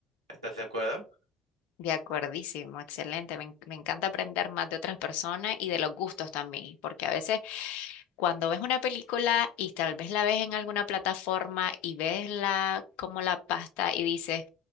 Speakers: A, on the right (about 80°); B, on the left (about 60°).
A: ¿Estás de acuerdo?
B: De acuerdísimo, excelente. Me, en- me encanta aprender más de otras personas y de los gustos también, porque a veces cuando ves una película y tal vez la ves en alguna plataforma y ves la como la pasta y dices